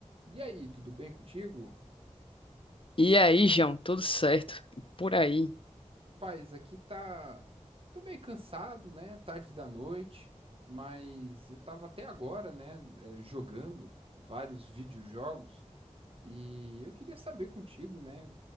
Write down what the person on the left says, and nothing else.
E aí, João, tudo certo? Por aí.